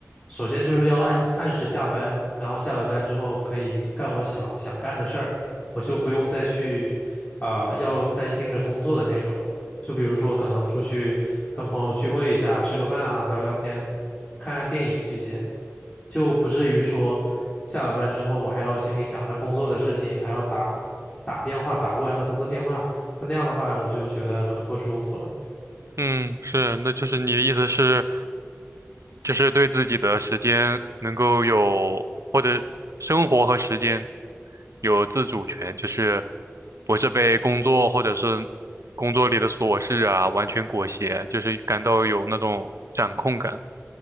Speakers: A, on the left; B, on the right.
A: 首先就是要按按时下班，然后下了班之后可以干我想想干的事儿，我就不用再去啊、要担心着工作的内容。就比如说可能出去跟朋友聚会一下，吃个饭啊，聊聊天，看看电影这些，就不至于说下了班之后我还要心里想着工作的事情，还要打打电话打不完的工作电话，那样的话我就觉得很不舒服了。
B: 嗯，是，那就是你的意思是，就是对自己的时间能够有，或者生活和时间有自主权，就是不是被工作或者是工作里的琐事啊完全裹挟，就是感到有那种掌控感。